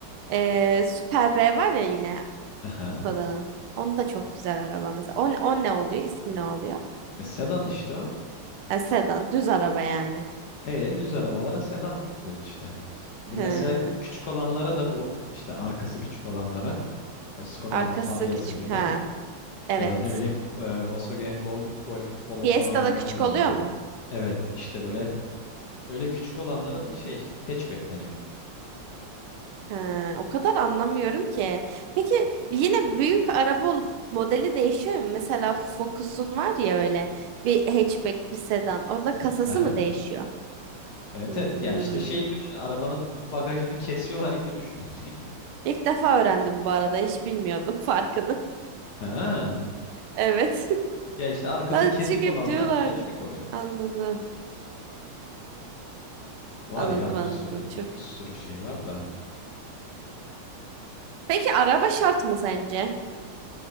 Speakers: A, on the right; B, on the left.
A: Ee, Super B var ya yine
B: Aha.
A: Koda'nın. Onu da çok güzel araba mesela. O, ne- o ne oluyor? İsmi ne oluyor?
B: E, sedan işte o.
A: E, sedan. Düz araba yani.
B: He, düz arabalara sedan diyoruz işte. Mesela
A: Hı.
B: küçük olanlara da bu işte arkası küçük olanlara o Skoda'nın
A: Arkası
B: Fabia'sı
A: küçük.
B: gibi
A: Ha. Evet.
B: ya da ne bileyim e, Volkswagen Gol- Golf Polo
A: Fiesta
B: falan onlar
A: da küçük
B: gibi
A: oluyor
B: olanı.
A: mu?
B: Evet işte böyle öyle küçük olanlara da şey hatchback deniyor.
A: Ha, o kadar anlamıyorum ki. Peki yine büyük araba olup modeli değişiyor mu? Mesela Focus'un var ya öyle bir hatchback bir sedan. Orada kasası
B: Aha.
A: mı değişiyor?
B: Evet
A: Hmm.
B: evet ya işte şey gibi düşün arabanın bagajını kesiyorlar gibi düşün. <laughs>
A: İlk defa öğrendim bu arada. Hiç bilmiyordum farkını. <laughs>
B: Ha.
A: Evet. <laughs>
B: Ya işte arkası
A: Lan
B: kesik
A: çünkü
B: olanlar
A: diyorlardı.
B: hatchback oluyor.
A: Anladım.
B: Var
A: Anladım
B: ya bir
A: anladım
B: sürü
A: çok.
B: bir sürü şey var da
A: Peki araba şart mı sence?